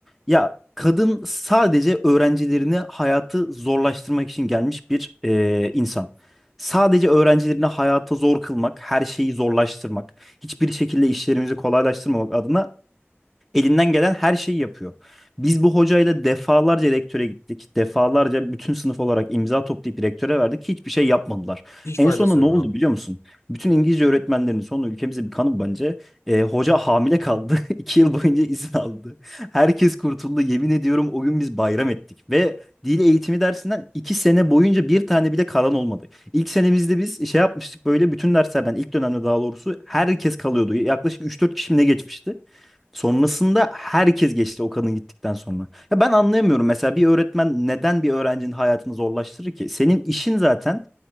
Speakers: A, in the centre; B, on the left.
A: Ya kadın sadece öğrencilerini hayatı zorlaştırmak için gelmiş bir e, insan. Sadece öğrencilerini hayata zor kılmak, her şeyi zorlaştırmak, hiçbir şekilde işlerimizi kolaylaştırmamak adına Elinden gelen her şeyi yapıyor. Biz bu hocayla defalarca rektöre gittik. Defalarca bütün sınıf olarak imza toplayıp rektöre verdik. Hiçbir şey yapmadılar.
B: Hiç
A: En
B: faydası
A: sonunda
B: yok
A: ne oldu
B: abi.
A: biliyor musun? Bütün İngilizce öğretmenlerinin sonu ülkemize bir kanı bence. Ee, hoca hamile kaldı. <laughs> İki yıl boyunca izin aldı. Herkes kurtuldu. Yemin ediyorum o gün biz bayram ettik. Ve dil eğitimi dersinden iki sene boyunca bir tane bile kalan olmadı. İlk senemizde biz şey yapmıştık böyle bütün derslerden ilk dönemde daha doğrusu herkes kalıyordu. Yaklaşık üç dört kişi mi ne geçmişti. Sonrasında herkes geçti o kadın gittikten sonra. Ya ben anlayamıyorum mesela bir öğretmen neden bir öğrencinin hayatını zorlaştırır ki? Senin işin zaten